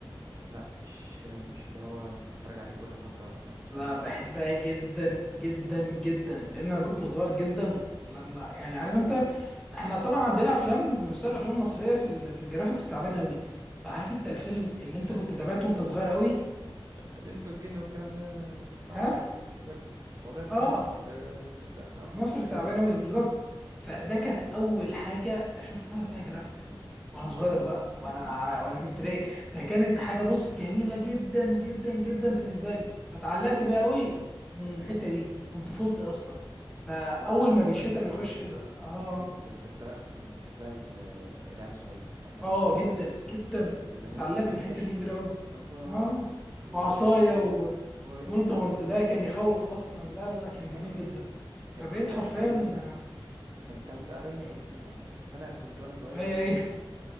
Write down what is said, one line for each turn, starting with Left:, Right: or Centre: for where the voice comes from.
Right: لا مش مش اللي هو اتفرج عليه كل فترة لا
Centre: لا
Right: يعني كل
Centre: بحبها
Right: فين وفين
Centre: جدا جدا جدا لان انا كنت صغير جدا لما يعني عارف انت احنا طبعا عندنا افلام مستوى الافلام المصريه في ال- في الجرافيكس تعبان قوي فعارف انت الفيلم
Right: <laughs>
Centre: اللي انت كنت تابعته وانت صغير قوي
Right: الانس والجن والكلام ده صعب
Centre: ها
Right: قوي موضوع موضوع الجرافيكس
Centre: اه
Right: في في في الافلام المصرية
Centre: مصر تعبانه
Right: صعب
Centre: قوي بالظبط فده كان اول حاجه اشوفها فيها جرافيكس وانا صغير بقى وانا وانا في ابتدائي فكانت حاجه بص جميله جدا جدا جدا بالنسبه لي فتعلقت بقى
Right: لا
Centre: قوي من الحته دي من طفولتي اصلا فاول
Right: وعامة
Centre: ما
Right: موضوع
Centre: بالشتاء
Right: السحر
Centre: بيخش
Right: بالذات
Centre: كده اه
Right: من الحاجات اللي بيحبها يعني بيحبها ال- العيال الصغيرين يعني احنا
Centre: اه
Right: بالنسبة
Centre: جدا
Right: لنا
Centre: جدا
Right: ده زمان
Centre: انا اتعلقت
Right: ايه ده
Centre: بالحته
Right: سحر
Centre: دي كبيره قوي
Right: الله
Centre: اه
Right: وحد
Centre: وعصايه
Right: هو بيرمي هو بيرمي
Centre: وفولدمورت
Right: تعويذة
Centre: ده كان يخوف اصلا لا لا لا كان جميل
Right: اه
Centre: جدا
Right: كان
Centre: فبقيت
Right: في
Centre: حرفيا
Right: آه، التعويذة بتاع كان في تعويذة أرانيا إكس ما فأنا كنت وأنا صغير
Centre: اي اي
Right: يعني